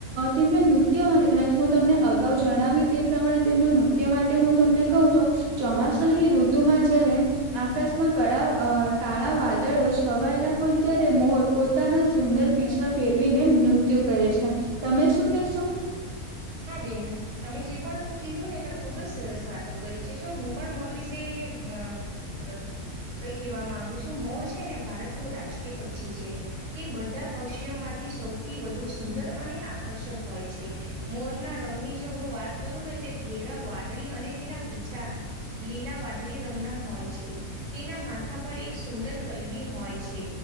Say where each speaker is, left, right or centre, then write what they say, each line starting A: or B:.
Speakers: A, on the right (about 70°); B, on the right (about 30°).
A: તેમના નૃત્યોમાં હું તમને અગાઉ. જણાવ્યું તે પ્રમાણે તેમનો નૃત્ય માટે હું તમને કહું તો. ચોમાસાની ઋતુમાં જયારે આકાશ. કળ અ કાળા વાદળો છવાયેલા હોય ત્યારે મોર પોતાના. સુંદર પીછા ફેરવીને નૃત્ય કરે છે તમે શું કેશો.
B: હા બેન તમે જે પણ કીધું ને તો ખુબ જ સરસ વાતો કરી છે જો હું. પણ મોર વિશે અ. કઈ કહેવા માંગુ છું મોર છે ને ભારતનું રાષ્ટ્રીય પક્ષી છે. તે બધા પક્ષીઓમાંથી સૌથી વધુ સુંદર અને આકર્ષક હોય છે. મોરના રંગની જો હું વાત કરું ને તે ઘેરા વાદળી અને તેના પીછા. લીલા વાદળી રંગના હોય છે. તેના માથા પર એક સુંદર કલગી હોય છે.